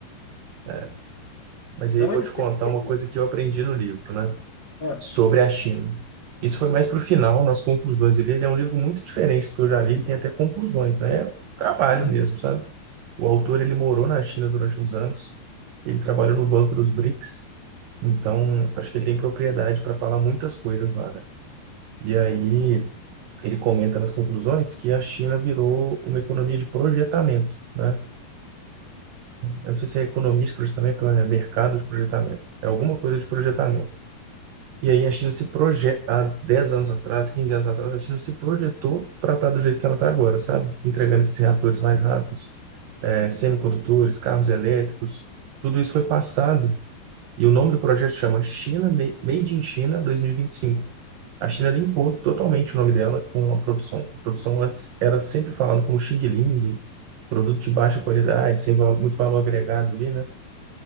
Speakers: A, on the right; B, on the left.
A: é. Mas
B: Então,
A: aí eu vou
B: eles,
A: te contar
B: eles têm.
A: uma coisa
B: um,
A: que eu aprendi no livro, né?
B: É,
A: Sobre a China. Isso foi mais para o final, nas conclusões. dele. ele é um livro muito diferente do que eu já li, ele tem até conclusões, né? É um trabalho
B: uhum,
A: mesmo, sabe? O autor ele morou na China durante uns anos, ele trabalhou no Banco dos BRICS, então acho que ele tem propriedade para falar muitas coisas lá. né? E aí ele comenta nas conclusões que a China virou uma economia de projetamento, né? Eu não sei se é economia de projetamento ou é mercado de projetamento, é alguma coisa de projetamento. E aí a China se projeta, há 10 anos atrás, 15 anos atrás, a China se projetou para estar do jeito que ela está agora, sabe? Entregando esses reatores mais rápidos eh, semicondutores, carros elétricos, tudo isso foi passado. E o nome do projeto chama China Ma- Made in China 2025. A China limpou totalmente o nome dela com a produção. A produção antes era sempre falando como Xing Ling, produto de baixa qualidade, sem val- muito valor agregado ali, né?